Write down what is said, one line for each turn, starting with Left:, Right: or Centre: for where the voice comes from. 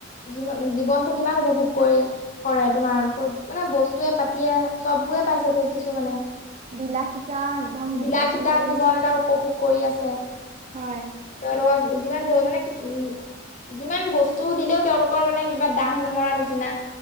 Left: জী- জীৱনতটো কিমান উপভোগ কৰি কৰে তোমাৰ, মানে বস্তুৱে পাতিয়ে চব বোৰে পাইছে তেওঁ কিছুমানে।
Right: বিলাসীতা একদম,
Left: বিলাসিতা
Right: উদযাপন কৰি
Left: জীৱন
Right: আছে।
Left: এটা উপভোগ কৰি আছে।
Right: হয়
Left: তেওঁলোকক যিমান পৰিমানে, যিমান উম, যিমান বস্তু দিলেও তেওঁলোক লোকৰ মানে কিবা দাহ, নমৰা নিচিনা।